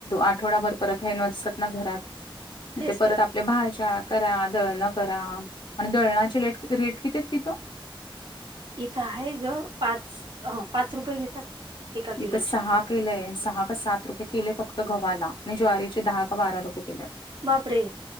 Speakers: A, on the left; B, on the right.
A: आठवडाभर परत हे नसतात ना घरात
B: तेच
A: ते परत
B: तर
A: आपल्या भाज्या करा दळणं करा आणि दळणाची रेट रेट कितीत तिथो
B: इथं आहे ग पाच ह पाच रुपये घेतात एका किलोचे
A: इथ सहा केलंय सहा का सात रुपये केलेय फक्त गव्हाला आणि ज्वारीचे दहा का बारा रुपये केले
B: बापरे